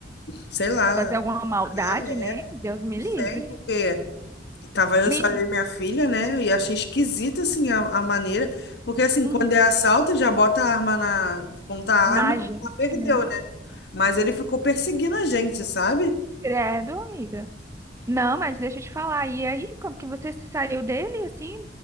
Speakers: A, on the left; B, on the right.
A: sei lá,
B: Fazer
A: ah,
B: alguma maldade,
A: é,
B: né? Deus me
A: não
B: livre.
A: sei, porque tava eu
B: Menino,
A: só eu e minha filha, né? E achei esquisita assim a, a maneira, porque assim,
B: <laughs> uhum.
A: quando é assalto, já bota a arma na, ponta a arma,
B: na gente,
A: ela perdeu,
B: né?
A: né? Mas ele ficou perseguindo a gente, sabe?
B: Credo, amiga. Não, mas deixa eu te falar. E aí, como que você se saiu dele, assim,